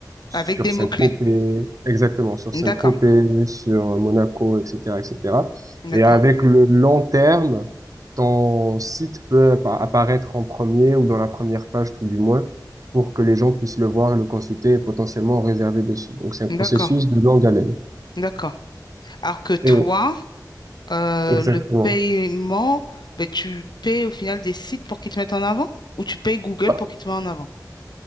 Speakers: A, on the right; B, on the left.
A: sur
B: Avec des
A: Saint-Tropez,
B: mots-clés.
A: exactement, sur
B: D'accord.
A: Saint-Tropez, sur euh, Monaco, etc., etc. Et cetera.
B: D'accord.
A: Et avec le long terme, ton site peut appa- apparaître en premier ou dans la première page, tout du moins, pour que les gens puissent le voir, le consulter et potentiellement réserver dessus. Donc, c'est un
B: D'accord.
A: processus de longue haleine.
B: D'accord. Alors que toi,
A: Et
B: euh,
A: exactement.
B: le paiement, ben, tu payes au final des sites pour qu'ils te mettent en avant ou tu payes Google
A: Bah,
B: pour qu'ils te mettent en avant?